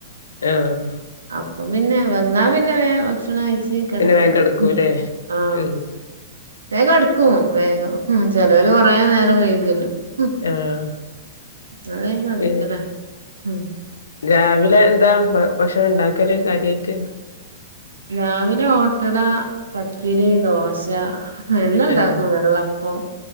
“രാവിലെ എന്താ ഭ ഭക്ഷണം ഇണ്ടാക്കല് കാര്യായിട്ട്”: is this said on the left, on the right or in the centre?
Left